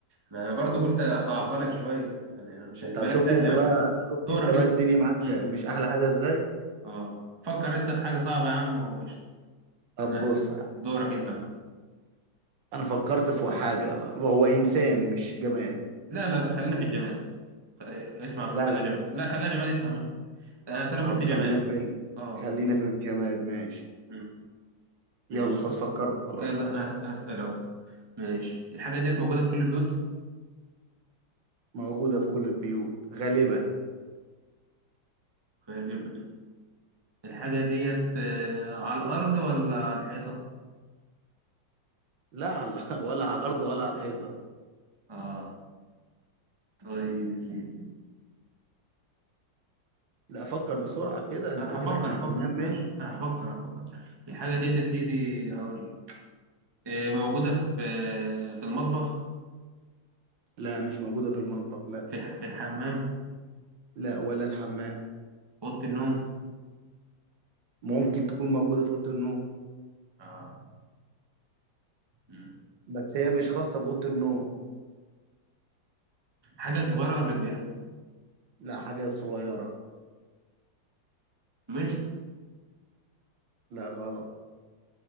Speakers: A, on the right; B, on the right.
A: انا برضو قلت اصعبها لك شويه انا مش هسيبها
B: طب شفت
A: لك سهله
B: انت بقى
A: مثلا
B: شفت
A: دورك
B: انت بقى
A: انت
B: الدنيا معاك
A: امم
B: مش احلى حاجة ازاي
A: اه فكر انت في حاجه صعبه يا عم وقشطه
B: طب
A: انا
B: بص
A: دورك انت بقى
B: انا فكرت في حاجة يلا وهو انسان مش جماد
A: لا لا لا خلينا في الجماد خ- اسمع بس
B: لا
A: خليها
B: لا
A: جماد
B: لا
A: لا خليها جماد اسمع مني انا أصل انا
B: طب
A: قلت
B: خلينا
A: جماد
B: في ال...
A: اه
B: خلينا في الجماد ماشي
A: امم ماشي
B: يلا خلاص فكرت خلاص
A: يلا انا هس- هسأل اهو ماشي الحاجة ديت موجودة في كل البيوت
B: موجودة في كل البيوت غالبا
A: خلي بالك الحاجة ديت آه، على الأرض ولا على الحيطة؟
B: لا على <laughs> ولا على الأرض ولا على الحيطة
A: اه طيب يا سيدي
B: لا فكر بسرعة كده انت
A: آه، هفكر
B: كده احنا
A: هفكر
B: بننام منك
A: ماشي انا هفكر هفكر الحاجة ديت يا سيدي هقول آه، موجودة في آه، في المطبخ
B: لا مش موجودة في المطبخ لا
A: في الح- في الحمام في
B: لا ولا الحمام
A: أوضة النوم
B: ممكن تكون موجودة في أوضة النوم
A: اه مم.
B: بس هي مش خاصة بأوضة النوم
A: حاجة صغيرة ولا كبيرة؟
B: لا حاجة صغيرة
A: مشط <laughs>
B: لا غلط